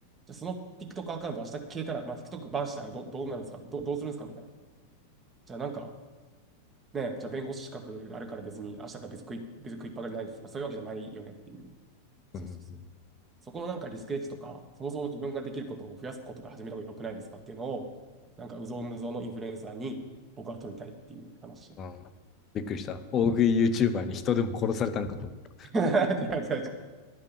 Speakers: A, on the right; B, on the left.
A: じゃあその TikTok アカウント明日消えたら、まあ、TikTok バンしたらど、どうなるんですかど、どうするんですかみたいな。じゃあなんか、ね、じゃあ弁護士資格あるから別に、明日から別に食い、別に食いっぱがれないですとか、そういうわけじゃないよねっていう。そうそうそう。
B: うん
A: そこのなんかリスクエッジとか、そもそも自分ができることを増やすことから始めた方が良くないですかっていうのを、なんか、うぞうむぞうのインフルエンサーに僕は問いたいっていう話。
B: うん。うんびっくりした。
A: うん
B: 大食い YouTuber に人でも殺されたんかと思っ
A: <laughs> 違う違う違う <laughs>